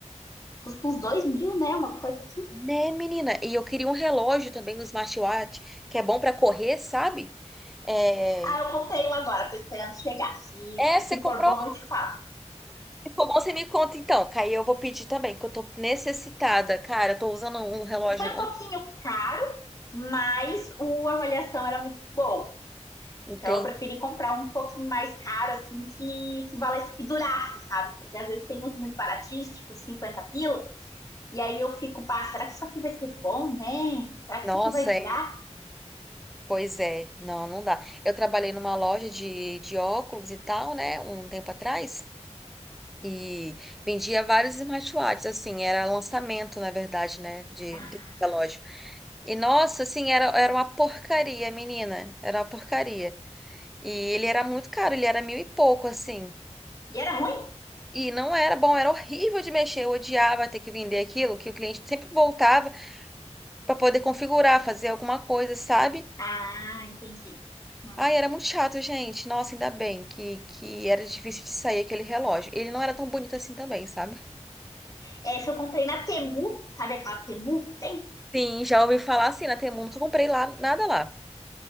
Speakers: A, on the left; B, in the centre.
A: Custa uns dois mil, né? Uma coisa assim.
B: Né, menina? E eu queria um relógio também, um smartwatch, que é bom pra correr, sabe? É,
A: Ah, eu comprei um agora, tô esperando chegar. Se,
B: É,
A: se
B: você comprou.
A: for bom, eu te falo.
B: Se bom, você me conta então, que aí eu vou pedir também, que eu tô necessitada. Cara, eu tô usando um relógio.
A: Foi um pouquinho caro, mas a avaliação era muito boa.
B: Não
A: Então
B: tem.
A: eu preferi comprar um pouquinho mais caro, assim, que, que valesse que durasse, sabe? Porque às vezes tem uns muito baratinhos, tipo de 50 pila, e aí eu fico, pá, será que isso aqui vai ser bom, né? Será que
B: Nossa,
A: isso aqui vai
B: é...
A: durar?
B: pois é. Não, não dá. Eu trabalhei numa loja de, de óculos e tal, né, um tempo atrás. E vendia vários smartwatches, assim, era lançamento, na verdade, né, de,
A: Ah,
B: de- da loja. E nossa, assim, era, era uma porcaria, menina. Era uma porcaria. E ele era muito caro, ele era mil e pouco, assim.
A: e era ruim?
B: E não era bom, era horrível de mexer. Eu odiava ter que vender aquilo, que o cliente sempre voltava para poder configurar, fazer alguma coisa, sabe?
A: Ah, entendi. Uhum.
B: Ai, era muito chato, gente. Nossa, ainda bem que, que era difícil de sair aquele relógio. Ele não era tão bonito assim também, sabe?
A: Essa eu comprei na Temu, sabe aquela Temu que tem?
B: Sim, já ouvi falar assim na Temu, nunca comprei lá, nada lá.